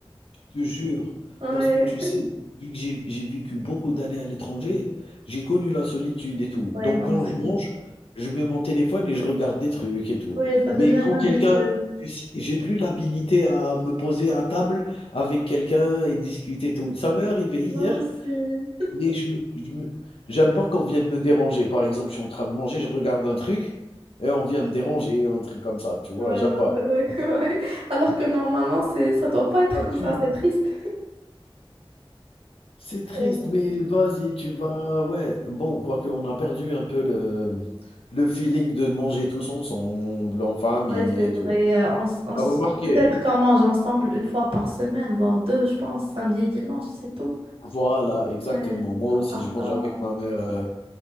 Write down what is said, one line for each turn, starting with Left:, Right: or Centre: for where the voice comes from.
Left: je te jure.
Right: Ouais.
Left: Parce que tu sais, vu que j'ai j'ai vécu beaucoup d'années à l'étranger, j'ai connu la solitude et tout.
Right: Ouais,
Left: Donc
Right: moi
Left: quand
Right: aussi.
Left: je mange, je mets mon téléphone et je regarde des trucs et tout.
Right: Ouais, ça
Left: Mais
Right: devient
Left: quand
Right: une habitude.
Left: quelqu'un tu sais, j'ai plus l'habilité à me poser à table avec quelqu'un et discuter et tout. Ça m'est arrivé hier,
Right: Moi aussi.
Left: mais je me je me j'aime pas qu'on vienne me déranger. Par exemple, je suis en train de manger, je regarde un truc et on vient me déranger, un truc comme ça, tu vois?
Right: Ouais,
Left: J'aime
Right: ouais,
Left: pas.
Right: ouais, ouais, <laughs> ouais. Alors que normalement, c'est, ça doit pas être
Left: Ah
Right: comme
Left: pu
Right: ça, c'est triste.
Left: c'est triste,
Right: Ouais,
Left: mais vas-y, tu vas ouais, bon, quoique on a perdu un peu le le feeling de manger tous ensemble, en famille
Right: Ouais, c'est
Left: et
Right: vrai.
Left: tout.
Right: Et euh, on, s- on s-
Left: T'as remarqué?
Right: peut-être qu'on mange ensemble une fois par semaine, voire deux, je pense, samedi et dimanche, c'est tout.
Left: Voilà, exactement.
Right: Ouais,
Left: Moi
Right: à
Left: aussi,
Right: part
Left: je mange
Right: ça.
Left: avec
Right: euh,
Left: ma mère, heu,